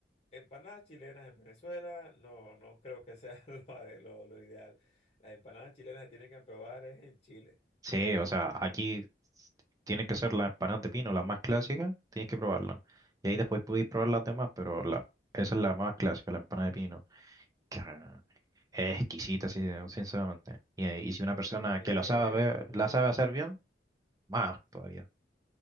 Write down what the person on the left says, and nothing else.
empanadas chilenas en Venezuela, no, no creo que sea <laughs> lo, ade- lo, lo ideal. Las empanadas chilenas se tienen que probar es en Chile.
Cuéntame,
¿qué,
cómo?